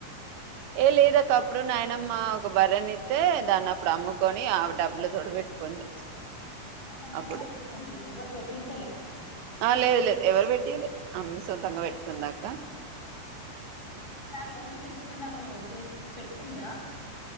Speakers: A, on the right; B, on the left.
A: ఏ లేదక్క అప్పుడు నాయినమ్మ ఒక బర్రని ఇస్తే దాన్ని అప్పుడు అమ్ముకొని ఆ డబ్బుల తోడ పెట్టుకుంది
B: ఆ సొంతగనే
A: అప్పుడు
B: పెట్టుకుంది ఎవరు పెట్టించలే
A: ఆ లేదు లేదు ఎవరు పెట్టిండు అమ్మ సొంతంగా పెట్టుకుందక్క
B: షాప్ మీద లోన్స్ ఇస్తున్నారు తీసుకు పెట్టుకుందా